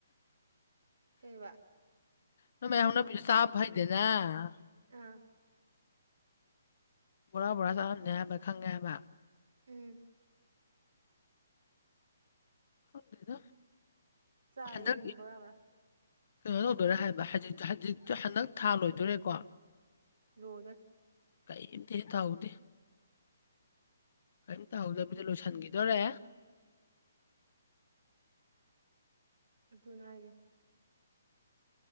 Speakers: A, on the right; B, on the left.
A: ꯀꯩ ꯋꯥ
B: ꯅ ꯃ ꯍꯨꯅ ꯄ ꯁꯥꯞ ꯍꯥꯏꯩꯗꯦꯅ <inaudible>
A: ꯑꯥ
B: ꯕꯣꯔꯥ ꯕꯣꯔꯥ ꯆꯥꯔꯝꯅꯤꯦ ꯍꯥꯏꯕ ꯈꯪꯉꯦ ꯍꯥꯏꯕ
A: ꯎꯝ
B: ꯍꯗꯗ
A: ꯆꯥꯏ
B: ꯍꯗ
A: ꯏꯕꯦꯝ ꯕꯣꯔꯥ ꯕꯣꯔꯥ
B: ꯀꯩꯅꯣ ꯇꯧꯗꯣꯔꯦ ꯍꯥꯏꯕ ꯍꯧꯖꯤ ꯍꯧꯖꯤ ꯍꯟꯗꯛ ꯊꯥ ꯂꯣꯏꯗꯣꯔꯦꯀꯣ
A: <unintelligible>
B: ꯀꯔꯤꯝꯇ ꯍꯦ ꯇꯍꯧꯗꯦ ꯀꯔꯤꯝꯇꯍꯧꯗꯕꯤꯗ ꯂꯣꯏꯁꯤꯟꯈꯤꯗꯣꯔꯦ
A: ꯑꯗꯨꯅ ꯍꯥꯏꯁꯦ